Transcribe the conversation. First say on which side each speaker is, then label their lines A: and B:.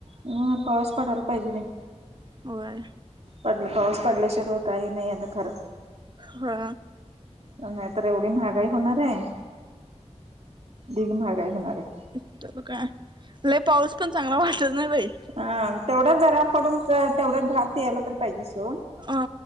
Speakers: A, on the right; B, on the right.
A: हम् पाऊस पडायला पाहिजे बाई
B: होय
A: पडल पाऊस पडल्या शिवय काही नाही आता खर
B: हा
A: नाही तर एवढी महागाई होणार आहे ढिग महागाई होणार आहे.
B: ऐकत काय पाऊस पण चांगला वाटत नाही बाई?
A: हा तेवढच जरा पडून तेवढ घात यायला तर पाहिजे.
B: हा